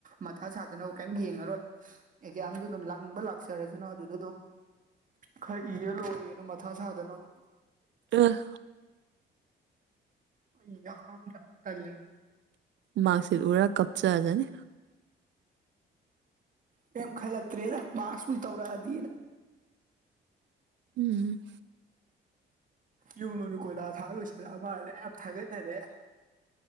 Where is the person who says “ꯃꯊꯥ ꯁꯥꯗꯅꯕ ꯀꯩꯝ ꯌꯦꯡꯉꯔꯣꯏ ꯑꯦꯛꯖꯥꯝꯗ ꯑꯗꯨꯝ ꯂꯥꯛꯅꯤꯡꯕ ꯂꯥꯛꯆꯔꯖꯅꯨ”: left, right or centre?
Right